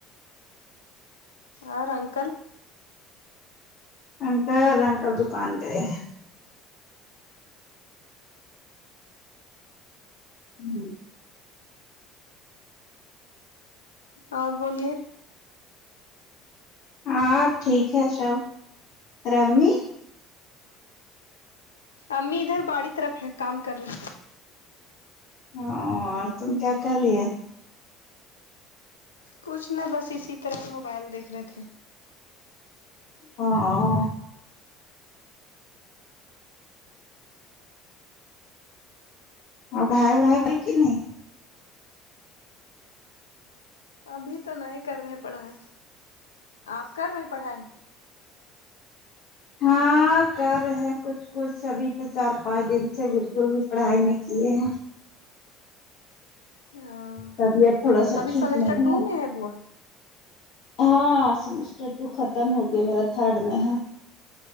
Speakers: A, on the left (about 80°); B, on the left (about 50°).
A: اور انکل
B: انکل انکل دکان گئے ہیں ہوں
A: اور بولیے
B: ہاں ٹھیک ہے شب تیرا امی
A: امی ادھر باڑی طرف ہے کام کر رہے
B: ہاں اورتم کیا کر رہی ہے
A: کچھ نا بس اسی طرح موبائل دیکھ رہے تھے
B: ہاں اور گھا وڑا پیک نہیں
A: ابھی تو نہیں کر رہے پڑھائی آپ کر رہے پڑھائی
B: ہاں کر رہے ہیں کچھ کچھ ابھی تو چار پانچ دن سے بالکل بھی پڑھائی نہیں کیے ہیں
A: ہاں
B: طبیعت تھوڑا سا
A: ابھی
B: ٹھیک
A: سمسٹر
B: نہیں
A: ٹو
B: ہے
A: میں وہ
B: ہاں سمسٹر تو ختم ہو گیا میرا تھرڈ میں ہے